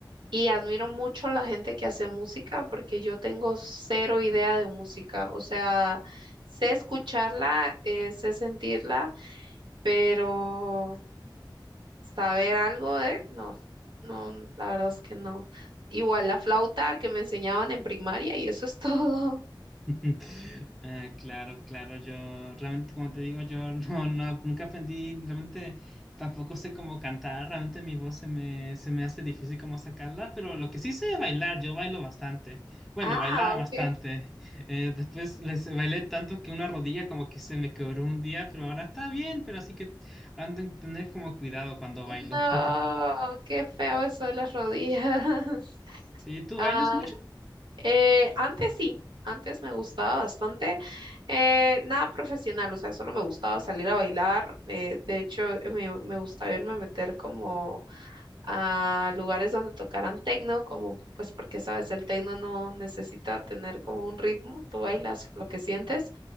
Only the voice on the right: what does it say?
y admiro mucho a la gente que hace música porque yo tengo cero idea de música. O sea, sé escucharla, eh, sé sentirla, pero saber algo de, no, no, la verdad es que no. Igual la flauta que me enseñaban en primaria y eso es <laughs> todo.
Ah,
ok.
No,
qué feo eso de las rodillas. <laughs>
Ah,
eh, antes sí, antes me gustaba bastante. eh, nada profesional, o sea, solo me gustaba salir a bailar. eh, de hecho, me, me gustaba irme a meter como a lugares donde tocaran tecno, como pues porque sabes, el tecno no necesita tener como un ritmo, tú bailas lo que sientes.